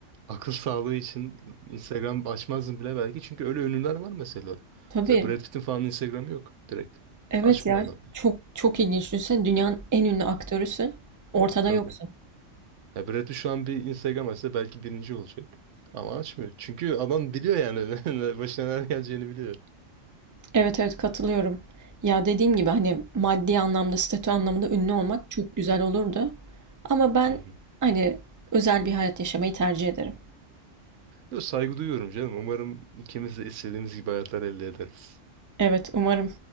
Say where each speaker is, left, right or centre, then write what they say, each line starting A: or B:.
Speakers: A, on the right; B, on the right.
A: akıl <laughs> sağlığı için Instagram açmazdım bile belki. Çünkü öyle ünlüler var mesela.
B: Tabii.
A: Mesela Brad Pitt'in falan Instagram'ı yok direkt.
B: Evet
A: Açmıyor
B: ya
A: adam.
B: çok çok ilginç. Düşünsene dünyanın en ünlü aktörüsün.
A: Hmm.
B: Ortada
A: Tabii.
B: yoksun.
A: Ya Brad Pitt şu an bir Instagram açsa belki birinci olacak. Ama açmıyor. Çünkü adam biliyor yani <laughs> başına neler geleceğini biliyor.
B: Evet evet katılıyorum. Ya dediğim gibi hani maddi anlamda, statü anlamında ünlü olmak çok güzel olurdu. Ama ben
A: Hı hı.
B: hani özel bir hayat yaşamayı tercih ederim.
A: Yo, Saygı duyuyorum canım. Umarım ikimiz de istediğimiz gibi hayatlar elde ederiz.
B: Evet umarım.